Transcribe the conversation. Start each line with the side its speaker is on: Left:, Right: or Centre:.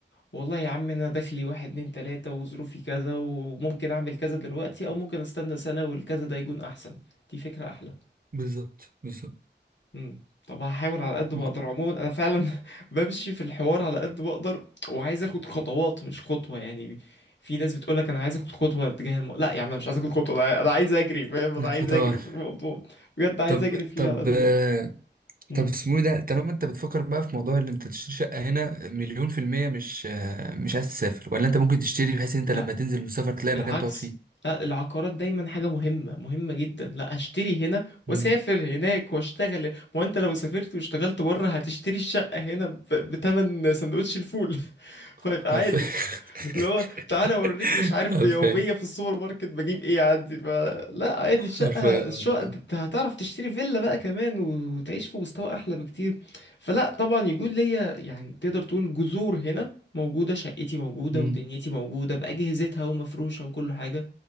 Left: والله يا عم انا دخلي واحد اتنين تلاتة وظروفي كذا وممكن اعمل كذا دلوقتي او ممكن استنى سنة والكذا ده يكون احسن دي فكرة احلى
Right: بالظبط بالظبط
Left: امم طب هحاول على قد
Right: ب-
Left: ما اقدر عموما انا فعلا <laughs> بمشي في الحوار على قد ما اقدر وعايز اخد خطوات مش خطوة يعني في ناس بتقولك انا عايز اخد خطوة تجاه الم... لا يا عم انا مش عايز اخد خطوة انا أنا عايز اجري فاهم انا عايز
Right: خطوات
Left: اجري في الموضوع بجد عايز
Right: طب
Left: اجري فيه
Right: طب
Left: على قد
Right: آه،
Left: ما اقدر امم
Right: طب اسمه ايه ده طالما انت بتفكر بقى في موضوع اللي انت تشتري شقة هنا مليون في المية مش آه، مش عايز تسافر ولا انت ممكن تشتري بحيث ان انت
Left: لا
Right: لما تنزل من السفر تلاقي
Left: بالعكس
Right: مكان تقعد فيه
Left: لا العقارات دايما حاجة مهمة مهمة جدا لا اشتري هنا واسافر
Right: مم.
Left: هناك واشتغل ما هو انت لو سافرت واشتغلت بره هتشتري الشقة هنا ب- بتمن سندوتش الفول <laughs> فعادي
Right: حرفيا
Left: اللي هو تعالى
Right: <laughs>
Left: اوريك مش عارف
Right: حرفيا
Left: بيوميه في السوبر ماركت بجيب ايه عندي فلا عادي الشقه
Right: حرفيا
Left: الشقه
Right: والله.
Left: انت هتعرف تشتري فيلا بقى كمان و- وتعيش في مستوى احلى بكتير فلا طبعا يكون ليا يعني تقدر تقول جذور هنا موجودة شقتي موجودة
Right: مم.
Left: ودنيتي موجودة بأجهزتها ومفروشة وكل حاجة